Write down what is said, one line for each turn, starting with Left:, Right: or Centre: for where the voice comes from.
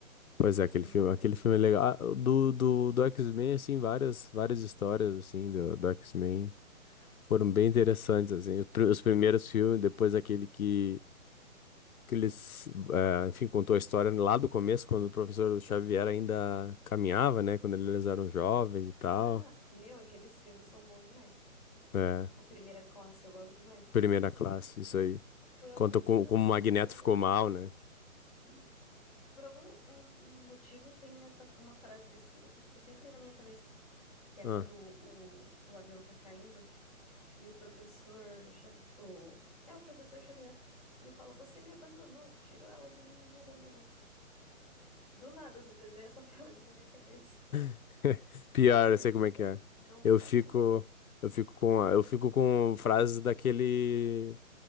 Left: Pois é, aquele
Centre: Mas...
Left: filme, aquele filme é legal. Ah, do, do, do X-Men, assim, várias, várias histórias, assim, do, do X-Men. Foram bem interessantes, assim. Os pri- os primeiros filmes, depois aquele que, que eles, eh, enfim, contou a história lá do começo, quando o professor Xavier ainda caminhava, né? Quando eles eram jovens e tal.
Centre: Ah, meu, aqueles filmes são bons demais.
Left: É,
Centre: A primeira classe eu gosto demais.
Left: primeira classe, isso aí.
Centre: Por algum
Left: Conta
Centre: motivo
Left: como, como
Centre: tem uma
Left: o Magneto
Centre: frase
Left: ficou
Centre: daquele.
Left: mal, né?
Centre: Isso. Por algum um- um motivo tem essa uma frase desse filme que fica sempre na minha cabeça, que é
Left: Ah.
Centre: quando o, o avião tá caindo e o professor Xavier, o, é o professor Xavier, ele fala: "Você me abandonou, tirou ela de mim e me abandonou". Do nada às vezes vem essa <laughs> frase na minha cabeça,
Left: <laughs> Pior,
Centre: porque
Left: eu sei como é que é.
Centre: não faço
Left: Eu fico,
Centre: ideia.
Left: eu fico com, a- eu fico com frases daquele,